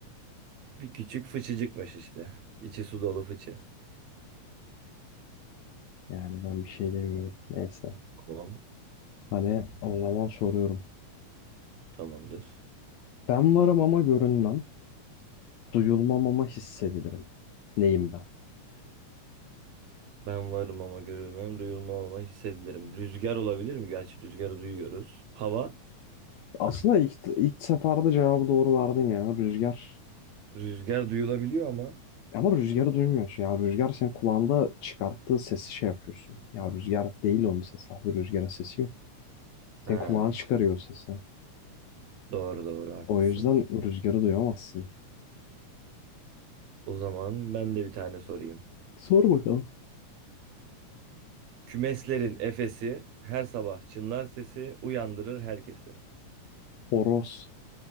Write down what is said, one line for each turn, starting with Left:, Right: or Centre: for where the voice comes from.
Right: Bir küçük fıçıcıkmış işte. İçi su dolu fıçı.
Left: Yani ben bir şey demiyorum. Neyse.
Right: Tamam.
Left: Hani o zaman soruyorum.
Right: Tamamdır.
Left: Ben varım ama görünmem. Duyulmam ama hissedilirim. Neyim ben?
Right: Ben varım ama görülmem, duyulmam ama hissedilirim. Rüzgar olabilir mi? Gerçi rüzgarı duyuyoruz. Hava,
Left: Aslında ilk, ilk seferde cevabı doğru verdin ya. Rüzgar.
Right: rüzgar duyulabiliyor ama.
Left: Ama rüzgarı duymuyorsun ya. Rüzgar senin kulağında çıkarttığı sesi şey yapıyorsun. Ya rüzgar değil onun sesi abi. Rüzgarın sesi yok. Senin
Right: Ha,
Left: kulağın çıkarıyor o sesi.
Right: doğru doğru haklısın.
Left: O yüzden rüzgarı duyamazsın.
Right: O zaman ben de bir tane sorayım.
Left: Sor bakalım.
Right: Kümeslerin efesi, her sabah çınlar sesi, uyandırır herkesi.
Left: Horoz.